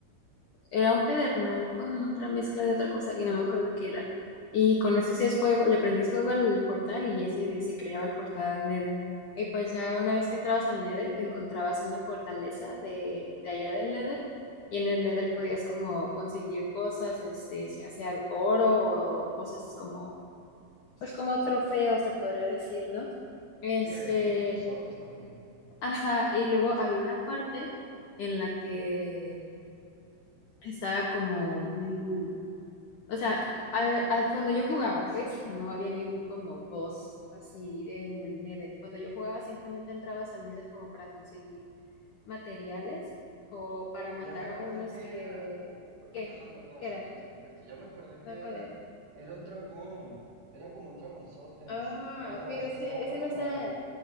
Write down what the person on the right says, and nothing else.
Ajá.
Sí, habían como tesoros también.
Ya me acordé
que
era, perdón, per-
perdón, perdón
por interrumpirte, ya me acordé que
era,
era un dragón, era como un dragonzote,
no sé si te acuerdas,
que
estaba
camarado,